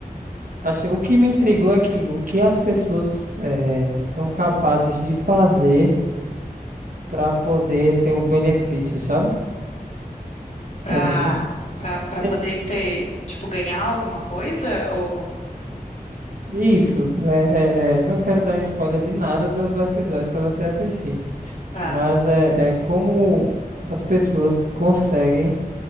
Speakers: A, on the right; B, on the left.
A: achei. O que me intrigou é que o que as pessoas é, é, são capazes de fazer para poder ter o benefício, sabe?
B: Pra,
A: Tá entendendo?
B: pra, pra
A: Sem-
B: poder ter, tipo, ganhar alguma coisa? Ou.
A: Isso, é, é, é, não quero dar spoiler de nada do, do episódio para você assistir,
B: Tá.
A: mas é, é como as pessoas conseguem